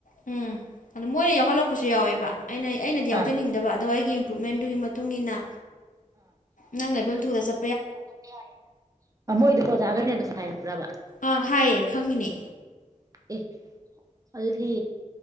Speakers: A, on the left; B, on the right.
A: ꯎꯝ ꯑꯗ ꯃꯣꯏꯅ ꯌꯥꯎꯍꯜꯂꯛꯄ ꯀꯄꯁꯨ ꯌꯥꯎꯋꯦꯕ ꯑꯩꯅ ꯑꯩꯅꯗꯤ ꯌꯥꯎꯖꯅꯤꯡꯗꯕ
B: ꯑꯥ
A: ꯑꯗꯣ ꯑꯩꯒꯤ ꯏꯝꯄ꯭ꯔꯨꯕꯃꯦꯟꯗꯨꯒꯤ ꯃꯇꯨꯡ ꯏꯟꯅ ꯅꯪ ꯂꯩ ꯐ ꯊꯒ ꯆ
B: ꯄꯨ ꯀꯊꯦꯅꯤ ꯃꯣꯏꯗ ꯑꯣꯖꯥꯒꯅꯦ ꯑꯗꯨꯝ ꯍꯥꯏꯔꯛꯄ꯭ꯔꯕ
A: ꯑꯥ ꯍꯥꯏꯌꯦ ꯈꯪꯉꯤꯅꯦ
B: ꯑꯦ ꯑꯗꯨꯗꯤ